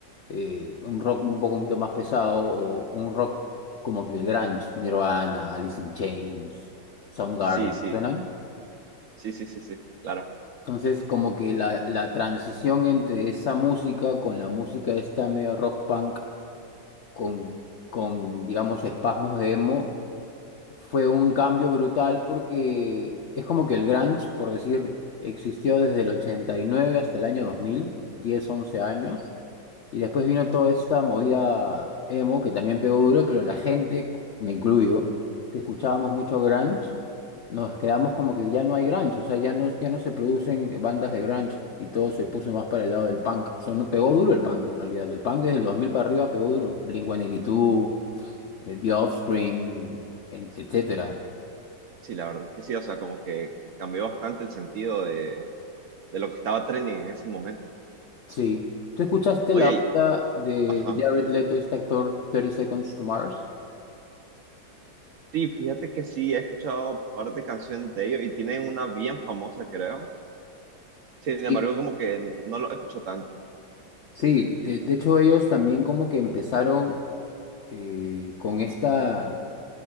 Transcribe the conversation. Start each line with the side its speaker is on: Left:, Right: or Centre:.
Left: eh, un rock un poco un poquito más pesado o un rock como que el grunge, Nirvana, Alice in Chains, Soundgarden,
Right: Sí, sí,
Left: ¿suenan?
Right: sí, sí, sí, sí, claro.
Left: Entonces como que la, la transición entre esa música con la música esta medio rock punk con, con digamos espasmos de emo fue un cambio brutal porque es como que el grunge, por decir, existió desde el 89 hasta el año 2000, 10 11 años. Y después vino toda esta movida emo que también pegó duro, pero la gente, me incluyo, que escuchábamos mucho grunge, nos quedamos como que ya no hay grunge, o sea, ya no, ya no se producen eh, bandas de grunge y todo se puso más para el lado del punk. O sea, no pegó duro el punk en realidad, el punk desde el 2000 para arriba pegó duro. Blink-182, eh, The Offspring, en-
Right: S-
Left: etcétera.
Right: Sí, la verdad es que sí, o sea, como que cambió bastante el sentido de, de lo que estaba trending en ese momento.
Left: Sí. ¿Tú escuchaste
Right: Oye,
Left: la
Right: y-
Left: banda de
Right: ajá.
Left: Jared Leto, este actor, Thirty Seconds to Mars?
Right: Sí, fíjate que sí, he escuchado un par de canciones de ellos y tienen una bien famosa, creo. Sin
Left: Sí.
Right: embargo, como que no lo escucho tanto,
Left: Sí, eh, de hecho ellos también como que empezaron eh, con esta,